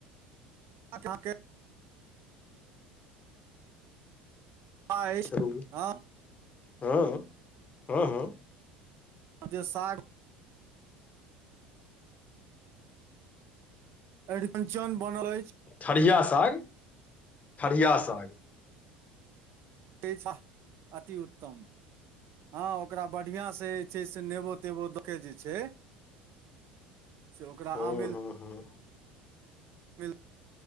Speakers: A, on the right (about 55°); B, on the left (about 30°).
A: अहाँके अछि
B: हेलो
A: हँ
B: हाँ हाँ हाँ हाँ
A: जे साढ़ अ-अरिकंचन बनल अछि।
B: ठरिया साग ठरिया साग
A: ते साग अति उत्तम हाँ ओकरा बढीयाँ से जे छै से नेबो तेबो दऽ के जे छै।
B: <inaudible>
A: से ओकरा आमिल
B: हूँ हूँ
A: आमिल